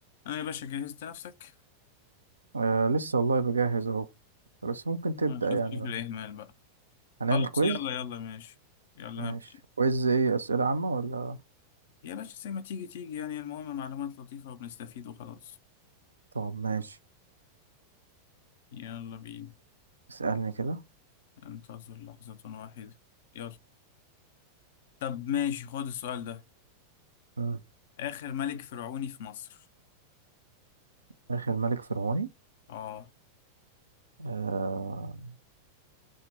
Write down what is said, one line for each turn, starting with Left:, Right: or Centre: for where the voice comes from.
Left: اه يا باشا جهزت نفسك
Right: آه لسه والله بجهز اهو بس ممكن تبدأ
Left: اه شوف
Right: يعني
Left: شوف
Right: بقى
Left: الإهمال بقى
Right: هنعمل
Left: خلاص
Right: كويز
Left: يلا يلا ماشي يلا
Right: ماشي
Left: هبدأ
Right: كويز ايه أسئلة عامة ولا
Left: يا باشا زي ما تيجي تيجي يعني المهم معلومات لطيفة وبنستفيد وخلاص
Right: طب ماشي
Left: يلا بينا
Right: اسألني كده
Left: انتظر لحظة واحدة يلا طب ماشي خد السؤال ده
Right: مم.
Left: آخر ملك فرعوني في مصر
Right: آخر ملك فرعوني
Left: اه
Right: آه